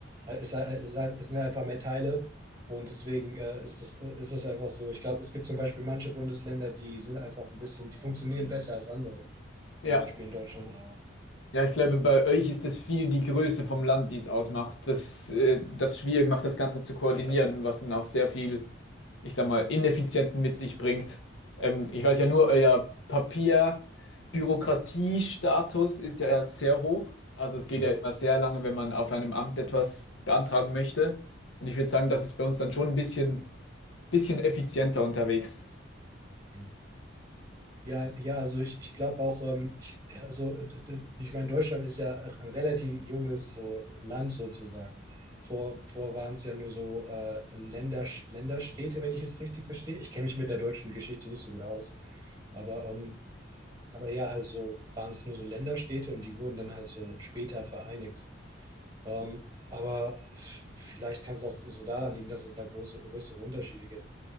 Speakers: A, on the right; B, on the left.
A: äh, ist, halt- ist, halt- es sind halt einfach mehr Teile und deswegen äh, ist es, äh, ist es einfach so. Ich glaube, es gibt zum Beispiel manche Bundesländer, die sind einfach ein bisschen, die funktionieren besser als andere, zum
B: Ja,
A: Beispiel in Deutschland.
B: ja, ich glaube, bei euch ist es viel die Größe vom Land, die es ausmacht. Das, äh, das schwierig macht, das Ganze zu koordinieren, was dann auch sehr viel ich sag mal, Ineffizienten mit sich bringt. Ähm, ich weiß ja nur, euer Papierbürokratiestatus ist ja sehr hoch. Also es geht
A: Mhm.
B: ja immer sehr lange, wenn man auf einem Amt etwas beantragen möchte. Und ich würde sagen, das ist bei uns dann schon ein bisschen, bisschen effizienter unterwegs.
A: Mhm. Ja, ja, also ich, ich glaube auch, ähm, ich, also äh, d- ich meine, Deutschland ist ja ein relativ junges so Land sozusagen. Vor, vor waren es ja nur so äh, Länder, Länderstädte, wenn ich es richtig verstehe. Ich kenne mich mit der deutschen Geschichte nicht so gut aus, aber, ähm, aber ja, halt so waren es nur so Länderstädte und die wurden dann halt so später vereinigt. Ähm, aber vielleicht kann es auch so so daran liegen, dass es da große, größere Unterschiede gibt.